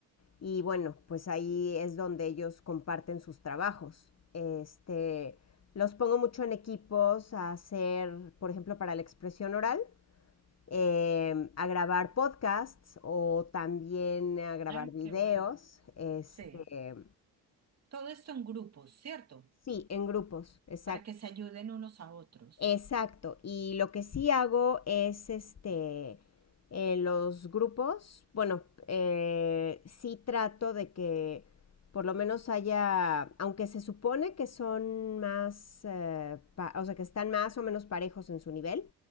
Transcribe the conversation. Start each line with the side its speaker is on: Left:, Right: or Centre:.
Left: Y bueno, pues ahí es donde ellos comparten sus trabajos. Este, los pongo mucho en equipos a hacer, por ejemplo, para la expresión oral, eh, a grabar podcasts o también a grabar
Right: Ah,
Left: videos.
Right: qué bueno.
Left: Este,
Right: Sí. Todo esto en grupos, ¿cierto?
Left: sí, en grupos, exacto.
Right: Para que se ayuden unos a otros.
Left: Exacto. Y lo que sí hago es este, en los grupos, bueno, eh, sí trato de que por lo menos haya, aunque se supone que son más, eh, pa- o sea, que están más o menos parejos en su nivel,